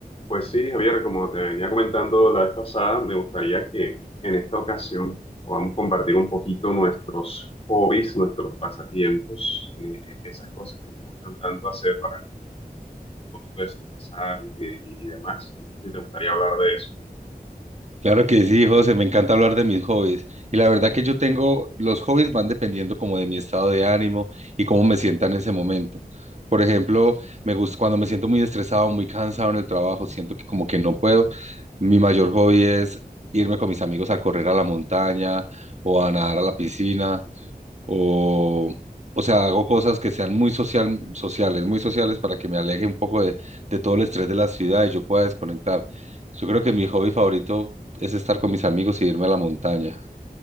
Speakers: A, on the left; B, on the right.
A: Pues sí, Javier, como te venía comentando la vez pasada, me gustaría que en esta ocasión podamos compartir un poquito nuestros hobbies, nuestros pasatiempos, eh, esas cosas que nos gustan tanto hacer para un poquito desestresarnos y, y- y demás. No sé si te gustaría hablar de eso.
B: Claro que sí, José, me encanta hablar de mis hobbies. Y la verdad que yo tengo, los hobbies van dependiendo como de mi estado de ánimo y cómo me sienta en ese momento. Por ejemplo, me gusta cuando me siento muy estresado, muy cansado en el trabajo, siento que como que no puedo. Mi mayor hobby es irme con mis amigos a correr a la montaña o a nadar a la piscina o, o sea, hago cosas que sean muy social, sociales, muy sociales para que me aleje un poco de, de todo el estrés de la ciudad y yo pueda desconectar. Yo creo que mi hobby favorito es estar con mis amigos y irme a la montaña.